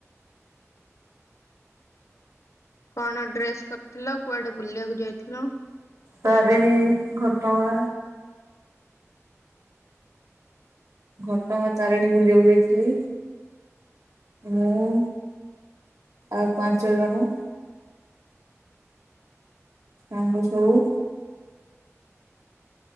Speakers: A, on the left; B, on the right.
A: କଣ ଡ୍ରେସ୍ କରିଥିଲ କୁଆଡେ ବୁଲିବାକୁ ଯାଇଥିଲ?
B: ତାରିଣୀ ଘଟଗାଁ। ଘଟଗାଁ ତାରିଣୀ ବୁଲିବାକୁ ଯାଇଥିଲି। ମୁଁ ଆଉ ପାଞ୍ଚ ଜଣ। ତାଙ୍କୁ ସବୁ